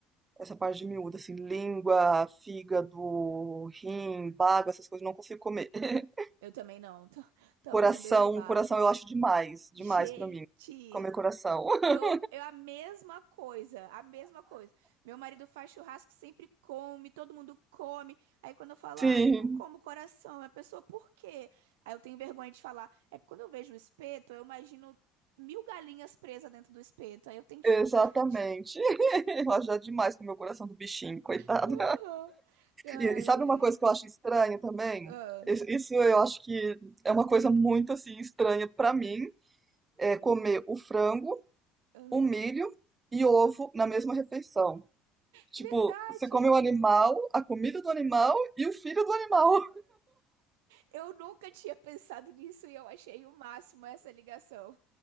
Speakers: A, on the right; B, on the right.
A: Essa parte de miúdo, assim, língua, fígado, rim, bago, essas coisas, eu não consigo comer. <laughs>
B: Eu também não. Estamos
A: Coração,
B: <laughs> no mesmo barco.
A: coração eu acho demais, demais
B: Gente,
A: pra mim. Comer coração. <laughs>
B: eu, eu a mesma coisa, a mesma coisa. Meu marido faz churrasco, sempre come, todo mundo come. Aí quando eu falo,
A: Sim,
B: ai, não como coração, a pessoa, por quê? Aí eu tenho vergonha de falar. É porque quando eu vejo o espeto, eu imagino mil galinhas presas dentro do espeto. Aí eu tenho dificuldade.
A: exatamente. <laughs> Eu acho já demais comer o coração do bichinho, coitado.
B: <laughs> Aham. Ai,
A: E, e sabe
B: ai.
A: uma coisa que eu acho estranha também?
B: Ah,
A: Isso isso eu acho que é uma coisa muito assim estranha pra mim, é comer o frango,
B: aham.
A: o milho e ovo na mesma refeição. Tipo,
B: Verdade!
A: você come o animal, a comida do animal e o filho do animal.
B: Eu nunca tinha pensado nisso e eu achei o máximo essa ligação.